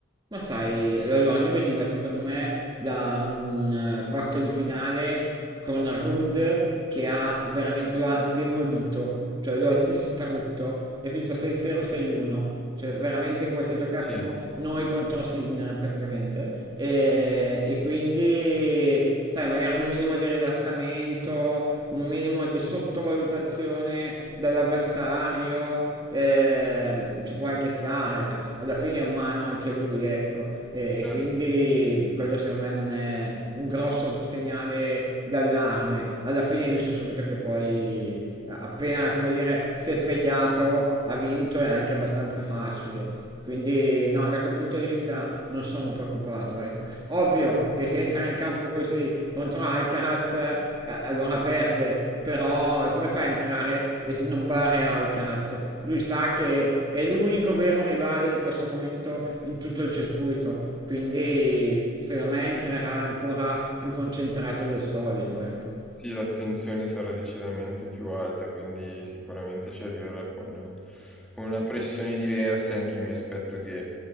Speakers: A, on the right (about 25°); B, in the centre.
A: Ma sai, l'orologio veniva secondo me da un eh, quarto di finale con Ruud che ha veramente, lo ha demolito, cioè lo ha distrutto, è finito 6-0, 6-1, cioè veramente come se giocassimo
B: Sì.
A: noi contro Sinner praticamente. E, e quindi, sai, magari un minimo di rilassamento, un minimo di sottovalutazione dall'avversario eh, ci può anche stare, sa. Alla fine è umano anche lui, ecco, e, e
B: Certo.
A: quindi quello secondo me non è un grosso segnale d'allarme. Alla fine hai visto subito che poi eh, appena, come dire, si è svegliato, ha vinto, è anche abbastanza facile. Quindi no, da quel punto di vista non sono preoccupato, ecco. Ovvio che se entra in campo così contro Alcaraz, eh, allora perde, però come fa a entrare e snobbare Alcaraz? Lui sa che è l'unico vero rivale in questo momento in tutto il circuito, quindi secondo me entrerà ancora più concentrato del solito, ecco.
B: Sì, l'attenzione sarà decisamente più alta, quindi sicuramente ci arriverà con, con una pressione diversa. Anch'io mi aspetto che